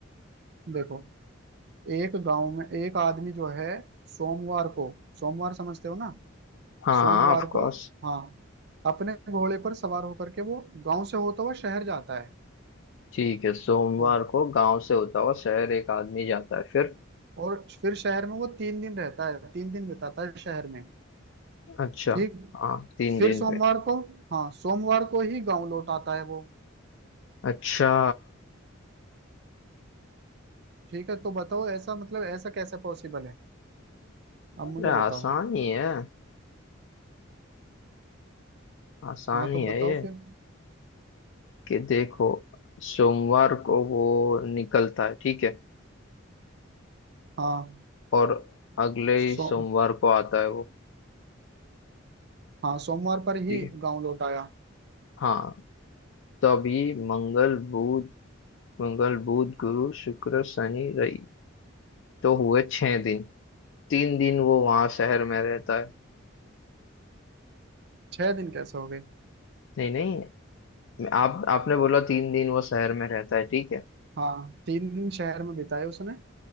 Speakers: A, on the right; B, on the left.
A: देखो एक गांव में एक आदमी जो है सोमवार को सोमवार समझते हो ना
B: हाँ
A: सोमवार
B: हाँ ऑफ कोर्स
A: को हाँ अपने घोड़े पर सवार होकर के वो गांव से होता हुआ शहर जाता है
B: ठीक है सोमवार
A: ओ,
B: को गांव से होता हुआ शहर एक आदमी जाता है फिर
A: और फिर शहर में वो तीन दिन रहता है तीन दिन बिताता है शहर में
B: अच्छा
A: ठीक
B: हाँ तीन
A: फिर
B: दिन
A: सोमवार
B: पे
A: को हाँ सोमवार को ही गांव लौट आता है वो
B: अच्छा
A: ठीक है तो बताओ ऐसा मतलब ऐसा कैसे पॉसिबल है अब
B: अरे
A: मुझे
B: आसान
A: बताओ
B: ही है आसान
A: हाँ
B: ही
A: तो
B: है
A: बताओ
B: ये
A: फिर
B: कि देखो सोमवार को वो निकलता है ठीक है
A: हाँ
B: और अगले ही
A: सो
B: सोमवार को आता है वो
A: हाँ सोमवार पर
B: ठीक
A: ही
B: है
A: गांव लौट आया
B: हाँ तभी मंगल बुध मंगल बुध गुरु शुक्र शनि रवि तो हुए छह दिन तीन दिन वो वहां शहर में रहता है
A: छह दिन कैसे हो गए
B: नहीं नहीं आप आपने बोला तीन दिन वो शहर में रहता है ठीक है
A: हाँ तीन दिन शहर में बिताए उसने